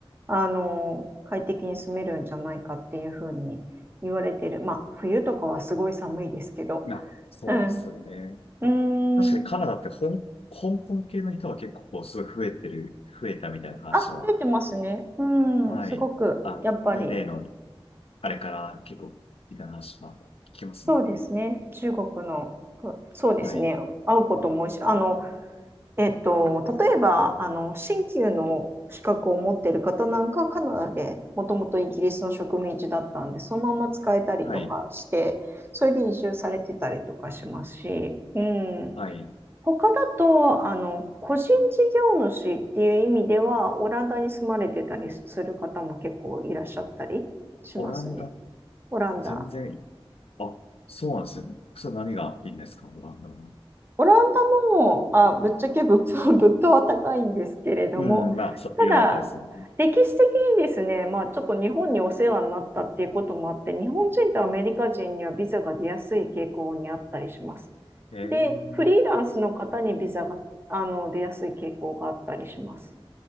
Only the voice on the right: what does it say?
あのー快適に住めるんじゃないかっていうふうに言われてる。まあ、冬とかはすごい寒いですけど。
うん。うーん
あ、増えてますね。う
ん、すごく、
やっぱり、
そうですね。中国の、こそうですね。
会うことも多いし、あの、えっと、例えば、あの、新旧の資格を持っている方なんかはカナダで、もともとイギリスの植民地だったんで、そのまま使えたりとかして、
それで移住されてたりとかしますし、うん、
他だと、あの、個人事業主っていう意味では、オランダに住まれてたりする方も結構いらっしゃったりしますね。
オランダ。
オランダも、あ、ぶっちゃけ物価、<laughs> 物価は高いんですけれども、
ただ、
歴史的にですね、まあ、ちょっと日本にお世話になったっていうこともあって、日本人とアメリカ人にはビザが出やすい傾向にあったりします。
で、フリーランスの方にビザが、あの、出やすい傾向があったりします。